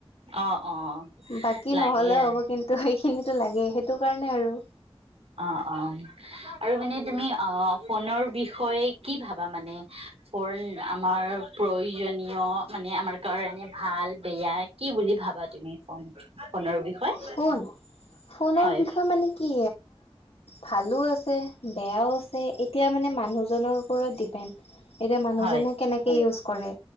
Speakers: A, on the right (about 80°); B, on the left (about 80°).
A: অ অ
B: বাকী
A: লাগে
B: নহলেও
A: আৰু
B: হ'ব কিন্তু। খিনিতো লাগে সেইটো কাৰণে আৰু
A: অ অ আৰু মানে তুমি অ ফোনৰ বিষয়ে কি ভাবা মানে ফোন আমাৰ প্ৰয়োজনীয় মানে আমাৰ কাৰণে ভাল। বেয়া কি বুলি ভাবা তুমি ফোন। ফোনৰ বিষয়ে
B: ফোন ফোনৰ
A: হয়
B: বিষয়ে মানে কি? ভালো আছে বেয়াও আছে এতিয়া মানে মানুহজনৰ ওপৰত ডিপেণ্ড। এতিয়া মানুহজনে
A: হয়
B: কেনেকে ইউজ কৰে।